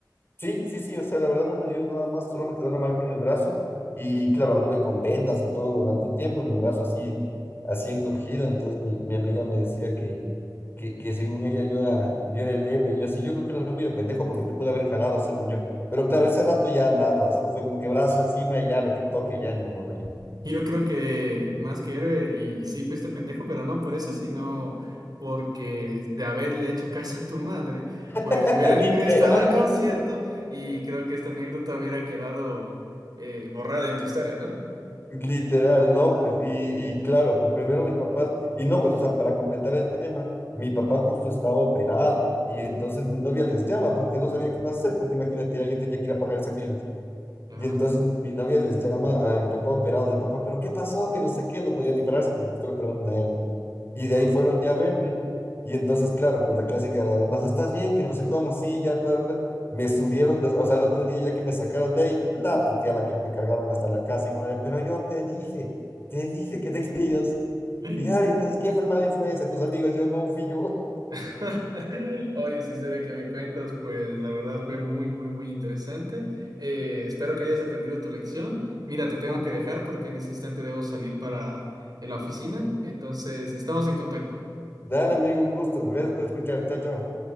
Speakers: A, on the left (about 30°); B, on the right (about 60°).
A: Sí, sí, sí, o sea, la verdad no me dio nada más, solo me quedó una marca en el brazo y claro, anduve con vendas y todo durante un tiempo y mi brazo así, así encogido, entonces mi, mi amiga me decía que, que, que según ella yo era, yo era el héroe y yo así, yo creo que era medio pendejo porque te pude haber jalado según yo, pero claro,
B: Y-
A: ese rato ya nada, solo fue como que brazo encima y ya lo que toque, ya ni modo, ya,
B: Yo creo que más que héroe, y sí fuiste pendejo, pero no por eso, sino porque de haberle hecho caso a tu madre, pues
A: <laughs>
B: si hubieran
A: literal.
B: ingresado al concierto y creo que esta anécdota hubiera quedado eh, borrada en tu historia, ¿no?
A: Literal, no, pues, y, y claro, pues primero mis papás, y no, pues, o sea, para completar el tema, mi papá justo estaba operado, y entonces mi novia les llama porque no sabía qué más hacer, pues imagínate, alguien tenía que ir a pagar esa clínica.
B: Claro,
A: Y entonces mi novia les llama a mi papá operado, y papá, ¿pero qué pasó? Que no sé qué, no podían ni pararse porque justo lo operaron a él. Y de
B: no
A: ahí fueron
B: te puedo
A: ya
B: creer.
A: a verme. Y entonces, claro, pues la clásica de las demás, ¿estás bien? Que no sé cómo, sí, ya tarde. Me subieron, de- o sea, el otro día ya que me sacaron de ahí, la puteada la que me cargaron hasta la casa. Y como, pero yo te dije, te dije que te <laughs> querías.
B: <laughs>
A: Y ay, entonces, ¿quién fue el mala influencia? Tus amigos, yo no fui yo.
B: <laughs> Oye, esa historia que me cuentas, pues la verdad fue muy, muy, muy interesante. Eh, espero que hayas aprendido tu lección. Mira, te tengo
A: <laughs>
B: que dejar porque en ese instante debo salir para eh, la oficina. Entonces, estamos en contacto.
A: Dale, amigo, un gusto. Gracias por escuchar. Chao, chao.